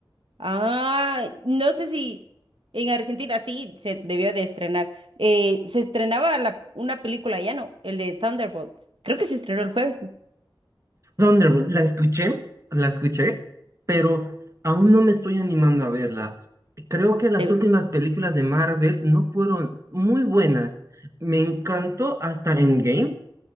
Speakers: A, on the right; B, on the right.
A: Ah, no sé si en Argentina sí se debió de estrenar. Eh, se estrenaba la- una película, ya no, el de Thunderbolts. Creo que se estrenó el jueves, ¿no?
B: Donde la escuché, la escuché, pero aún no me estoy animando a verla. Creo que las
A: Te-
B: últimas películas de Marvel no fueron muy buenas. Me encantó hasta Endgame,